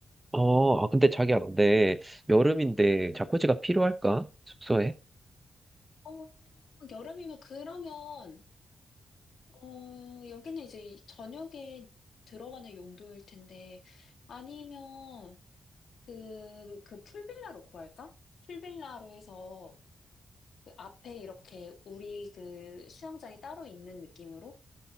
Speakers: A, on the right; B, on the left.
A: 어, 아, 근데 자기야, 근데 여름인데 자쿠지가 필요할까? 숙소에?
B: 어, 여름이면 그러면 어, 여기는 이제 저녁에 들어가는 용도일 텐데 아니면 그, 그 풀빌라로 구할까? 풀빌라로 해서 그 앞에 이렇게 우리 그 수영장이 따로 있는 느낌으로